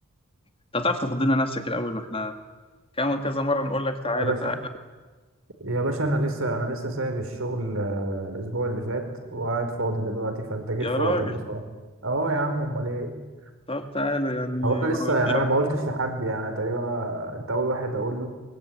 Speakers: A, on the left; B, on the right.
A: انت هتعرف تاخد لنا نفسك الاول ما احنا كمان كذا مره نقول لك تعالى
B: يا باشا
A: تعالى
B: يا باشا انا لسه انا لسه سايب الشغل آه، الاسبوع اللي فات وقاعد فاضي دلوقتي فانت جيت
A: يا
B: في
A: راجل
B: وقتك بصراحه اه يا عم امال ايه
A: طب تعالى يعني
B: هو انا لسه
A: هو-
B: يعني
A: يا-
B: انا ما قلتش لحد يعني تقريبا انا انت اول واحد اقول له